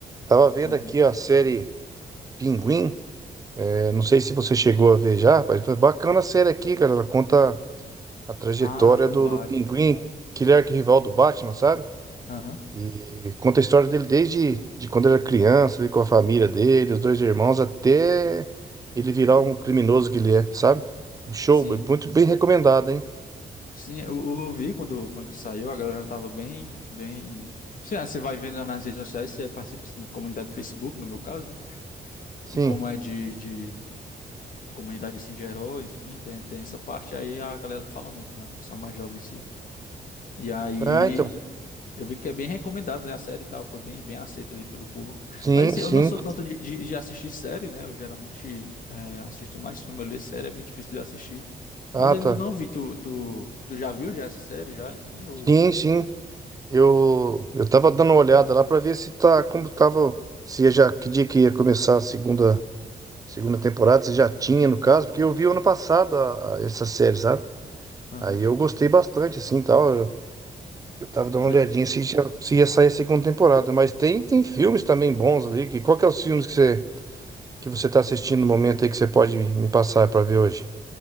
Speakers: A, on the right; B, on the left.
A: Tava vendo
B: uhum.
A: aqui a série Pinguim. É, não sei se você chegou a ver já, mas tá bacana a série aqui, cara. Ela conta a trajetória
B: Ah, do
A: do,
B: Batman.
A: do Pinguim, que ele é arquirrival do Batman, sabe?
B: Aham,
A: E conta a história dele desde de quando era criança, ele com a família dele, os dois irmãos, até ele virar um criminoso que ele é, sabe? Um show
B: sim.
A: muito bem recomendado, hein?
B: Sim, eu, eu eu vi quando, quando saiu, a galera tava bem, bem... Sim, ah, Você vai vendo nas redes sociais, você participa, assim, de comunidade do Facebook, no meu caso, né?
A: Sim.
B: E como é de, de comunidade, assim, de heróis, enfim, tem, tem essa parte, aí a galera fala muito, né? O pessoal mais jovem, assim. E aí
A: Ah, então.
B: Eu vi que é bem recomendado, né, a série e tal, foi bem, bem aceita ali pelo público.
A: Sim,
B: Mas assim,
A: sim.
B: eu não sou tanto de, de, de assistir série, né, eu geralmente é, assisto mais filme, eu leio série, é bem difícil de assistir.
A: Ah,
B: Mas eu
A: tá.
B: ainda não vi, tu, tu, tu já viu já essa série, já, enfim, eu
A: Sim, sim. Eu eu tava dando uma olhada lá pra ver se tá como tava, se já que dia que ia começar a segunda segunda temporada, se já tinha no caso, porque eu vi ano passado a- a- essa série, sabe?
B: Aham.
A: Aí eu gostei bastante assim, tal. Tava dando
B: Mas,
A: uma olhadinha se, tinha- se ia sair a segunda temporada. Mas tem, tem filmes também bons ali. Que, qual que é os filmes que você, que você tá assistindo no momento aí que você pode me passar pra ver hoje?